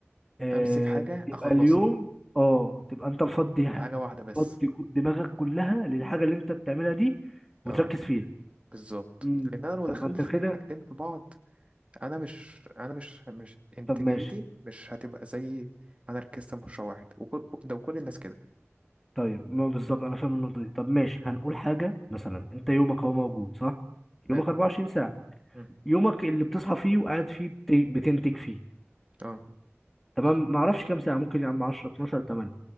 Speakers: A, in the centre; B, on the right.
A: آه،
B: أمسك حاجة
A: يبقى
B: أخلصها
A: اليوم اه تبقى انت مفضي ح-
B: حاجة واحدة بس
A: مفضي ك- دماغك كلها للحاجه اللي انت بتعملها دي وتركز
B: اه
A: فيها
B: بالظبط
A: امم
B: لأن أنا لو دخلت
A: طب ما انت كده
B: حاجتين في بعض أنا مش أنا مش مش إنتاجيتي
A: طب ماشي
B: مش هتبقى زي ما أنا ركزت في مشروع واحد وكل ده وكل الناس كده
A: طيب ما بالظبط انا فاهم النقطه دي طب ماشي هنقول حاجه مثلا انت يومك هو موجود صح
B: حلو
A: يومك 24 ساعه
B: مم.
A: يومك اللي بتصحى فيه وقاعد فيه بت- بتنتج فيه
B: اه
A: تمام ما اعرفش كام ساعه ممكن يا عم 10 12 8